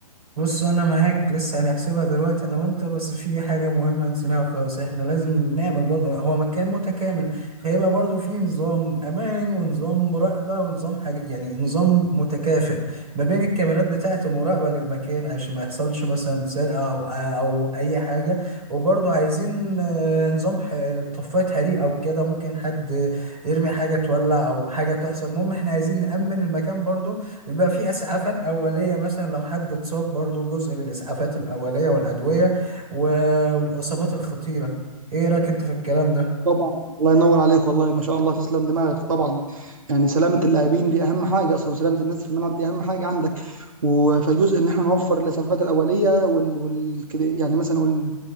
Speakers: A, on the right; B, on the right.
A: بص انا معاك لسه هنحسبها دلوقتي انا وانت بس في حاجه مهمه نسيناها خالص احنا لازم نعمل برضه هو مكان متكامل فيبقى برضه في نظام امان ونظام مراقبه ونظام حاجه يعني نظام متكافئ ما بين الكاميرات بتاعه المراقبه للمكان عشان ما يحصلش مثلا سرقه او او اي حاجه وبرضه عايزين آه، نظام ح- طفايه حريق او كده ممكن حد يرمي حاجه تولع او حاجه تحصل المهم احنا عايزين نامن المكان برضه بيبقى في اسعافات اوليه مثلا لو حد اتصاب برضو جزء للاسعافات الاوليه والادويه و- والاصابات الخطيره ايه رايك انت في الكلام ده
B: طبعا الله ينور عليك والله ما شاء الله تسلم دماغك طبعا يعني سلامة اللاعبين دي أهم حاجة أصلا سلامة الناس في الملعب دي أهم حاجة عندك و- فجزء إن إحنا نوفر الإسعافات الأولية وال, وال... كده يعني مثلا وال-